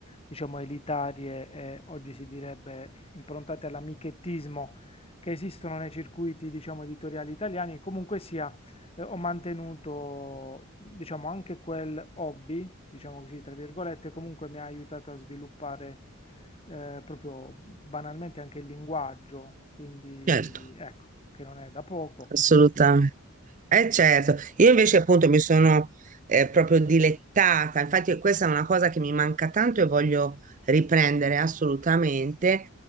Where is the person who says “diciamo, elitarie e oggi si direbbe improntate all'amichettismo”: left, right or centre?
Left